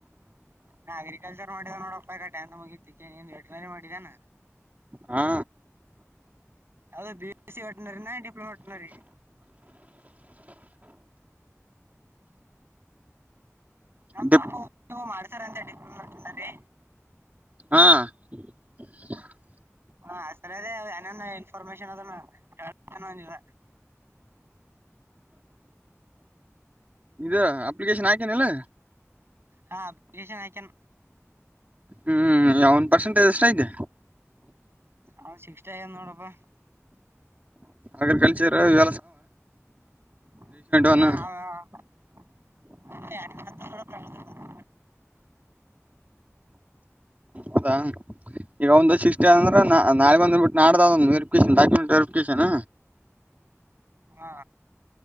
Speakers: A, on the right; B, on the right.
A: ನಾ ಅಗ್ರಿಕಲ್ಚರ್ ಮಾಡಿದ ನೋಡಪ್ಪ ಈಗ ಟೆಂತ್ ಮುಗೀತಿನವ್ ನೀನ್ ವೆಟನರಿ ಮಾಡಿಏನು
B: ಹಾ
A: ಯಾವದ್ ಬಿಸ್ ಸಿ ಹೊಟ್ಟನಾರೀ ನಾ ಡಿಪ್ಲೋಮಾಟ್ಟನ ರೀ. ನಮ್
B: ಡಿಪ್
A: ತಾತ ಒಬ್ರು ಮಾಡ್ತಾರಂತ ಡಿಪ್ಲೊಮಟಿನರಿ.
B: ಹಾ <inaudible>
A: ಹ ಸರಿ ಅದೇ ಏನೇನ್ ಇನ್ಫಾರ್ಮೇಶನ್ ಅದನ್ನ ಹಳ್ ತಿನ್ ಅಂದಿದ.
B: ಇದು ಅಪ್ಲಿಕೇಶನ್ ಹಾಕೇನಿಲ್ಲ.
A: ಹಾ ಅಪ್ಲಿಕೇಷನ್ ಆಕಿನ್ --
B: ಹ್ಮ್ ಅವ್ನ್ ಪರ್ಸೆಂಟೇಜ್ ಎಷ್ಟ್ ಐತೆ.
A: ಹ ಶಿಷ್ಟ ಎನ್ ನೋಡು ಬಾ.
B: ಅಗ್ರಿಕಲ್ಚರ ಇವೆ
A: ಹಾ ಹ
B: ಒನ್
A: <unintelligible> ಪ್ರಾಣ
B: ಹೌದಾ ಈಗ ಒಂದು ಶಿಷ್ಟ ಅಂದ್ರ ನ ನಾಳಿಗ್ ಬಂದ್ ದಿನ ಬಿಟ್ಟ ನಾಡ್ದ ಆದ ಅಂತ ವೆರಿಫಿಕೇಶನ ಡಾಕ್ಯುಮೆಂಟ್ ವೆರಿಫಿಕೇಶನ್.
A: ಹಾ